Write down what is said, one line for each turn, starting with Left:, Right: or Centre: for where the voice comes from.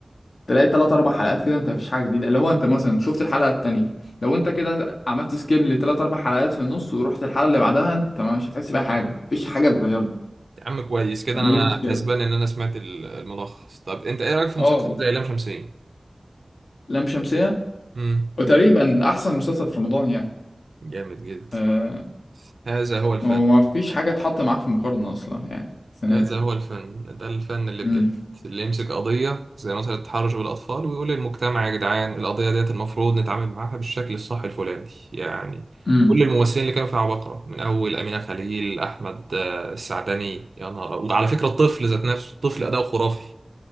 Left: تلاقي تلات أربع حلقات كده أنت مفيش حاجة جديدة اللي هو أنت مثلا شفت الحلقة التانية لو أنت كده عملت سكيب لتلات أربع حلقات في النص ورحت الحلقة اللي بعدها أنت مش هتحس بأي حاجة مفيش حاجة اتغيرت
Right: يا عم كويس كده
Left: دي
Right: انا أنا
Left: مشكلة
Right: كسبان ان انا سمعت ال- الملخص طب انت ايه رايك في مسلسل
Left: أه
Right: زي لام شمسية
Left: لام شمسية
Right: مم.
Left: وتقريبا أحسن مسلسل في رمضان يعني
Right: جامد جدا
Left: أه
Right: هذا هو الفن
Left: ومفيش حاجة تحط معاه في مقارنة أصلا يعني السنة
Right: هذا
Left: دي
Right: هو الفن ده الفن اللي بجد
Left: امم
Right: اللي يمسك قضية زي مثلا التحرش بالأطفال ويقول للمجتمع يا جدعان القضية ديت المفروض نتعامل معاها بالشكل الصح الفلاني يعني
Left: امم
Right: كل الممثلين اللي كانوا في عبقرة من أول أمينة خليل أحمد آه، السعدني يا نهار أبيض. وعلى فكرة الطفل ذات نفسه الطفل أداؤه خرافي